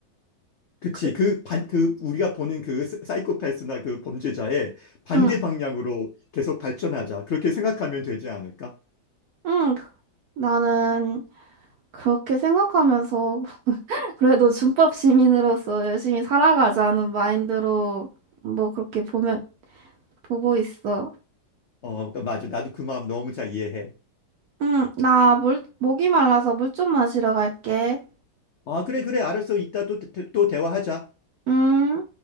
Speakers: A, on the left (about 80°); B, on the right (about 70°).
A: 그치.
B: 그,
A: 그 반, 그 우리가 보는 그 사- 사이코패스나 그 범죄자의 반대
B: 응,
A: 방향으로 계속 발전하자. 그렇게 생각하면 되지 않을까?
B: 응. 나는 그렇게 생각하면서 <laughs> 그래도 준법 시민으로서 열심히 살아가자는 마인드로 뭐 그렇게 보면 보고 있어.
A: 어, 그러니까 맞아. 나도 그 마음 너무 잘 이해해.
B: 응, 나 물, 목이 말라서 물 좀 마시러 갈게.
A: 아, 그래, 그래. 알았어. 이따 또, 대- 또 대화하자.
B: 응.